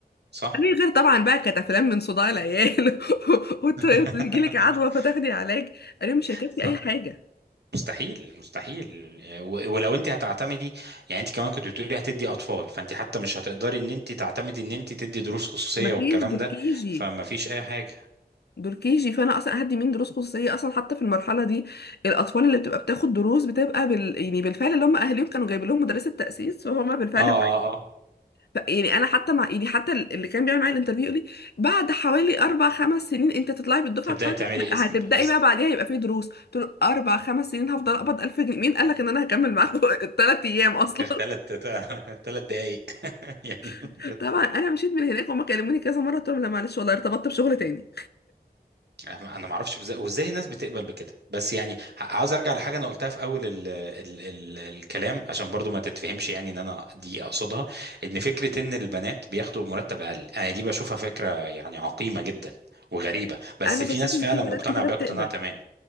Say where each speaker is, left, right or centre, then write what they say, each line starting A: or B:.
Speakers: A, on the right (about 80°); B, on the left (about 75°).
A: صح
B: أي غير طبعا بقى كانت افلام من صداع العيال <laughs> وتجي
A: <laughs>
B: لك عدوى فتاخدي علاج انا مش هيكفي
A: صح
B: اي حاجه
A: مستحيل مستحيل آه، و- ولو انت هتعتمدي يعني انت كمان كنت بتقولي هتدي اطفال فانت حتى مش هتقدري ان انت تعتمدي ان انت تدي دروس خصوصيه
B: مفيش
A: والكلام
B: دول
A: ده
B: كيجي
A: فما فيش اي حاجه
B: دول كيجي فانا اصلا هدي مين دروس خصوصيه اصلا حتى في المرحله دي الاطفال اللي بتبقى بتاخد دروس بتبقى بال... يعني بالفعل اللي هم اهاليهم كانوا جايبين لهم مدرسه تاسيس فهم بالفعل
A: اه اه اه
B: لا، يعني انا حتى مع يعني حتى اللي كان بيعمل معايا الانترفيو يقول لي بعد حوالي اربع خمس سنين انت تطلعي بالدفعه
A: تبداي
B: بتاعتك
A: تعملي
B: هتبداي
A: اسم بقى.
B: بقى بعديها يبقى في دروس قلت له اربع خمس سنين هفضل اقبض 1000 جنيه مين قال لك ان انا هكمل معاكم <laughs> الثلاث ايام اصلا
A: ثلاث ثلاث دقايق <laughs> يعني
B: <laughs>
A: بجد
B: طبعا انا مشيت من هناك وهم كلموني كذا مره قلت لهم لا معلش والله ارتبطت بشغل تاني
A: انا ما اعرفش بز- وازاي الناس بتقبل بكده بس يعني ه- عاوز ارجع لحاجه انا قلتها في اول ال ال ال الكلام عشان برضو ما تتفهمش يعني ان انا دي اقصدها ان فكره ان البنات بياخدوا مرتب اقل انا دي بشوفها فكره يعني عقيمه جدا وغريبه بس
B: انا
A: في
B: بشوف
A: ناس
B: ان
A: فعلا
B: في بنات
A: مقتنعه
B: كتيره
A: بيها
B: بتقبل
A: اقتناع تمام